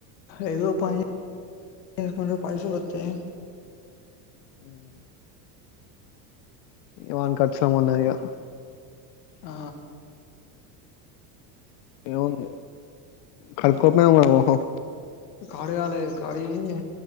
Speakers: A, on the left; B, on the left.
A: ఏదో పను చేసుకుంటే పైసలు వత్తాయి
B: ఉమ్ వాని ఖర్చ్ ఏం ఉండదు ఇక
A: ఆ
B: ఏముంది కడుక్కోకపోయావా మరి మొహం
A: కార్యాలయ కార్యే